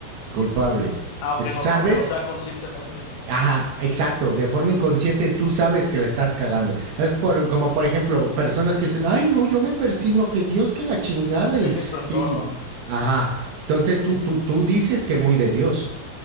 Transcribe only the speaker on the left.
Aunque
no, aunque no sea conscientemente.
Ujú.
Tejes tu entorno,